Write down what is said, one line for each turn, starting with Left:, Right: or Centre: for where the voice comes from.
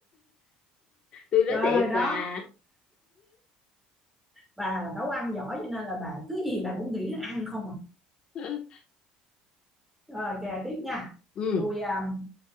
Left: tôi nói
Centre: trời
Left: thiệt
Centre: đó
Left: mà
Centre: bà nấu ăn giỏi cho nên là bà cứ gì bà cũng nghĩ đến ăn không à
Left: <laughs>
Centre: rồi kè tiếp nha
Left: ừ
Centre: tôi à,